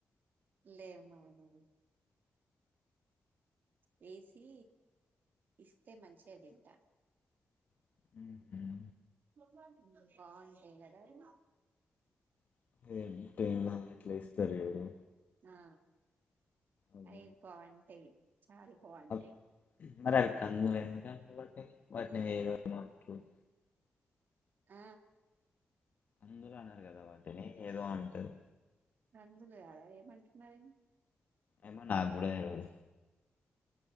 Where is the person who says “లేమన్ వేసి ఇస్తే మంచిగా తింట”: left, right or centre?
Right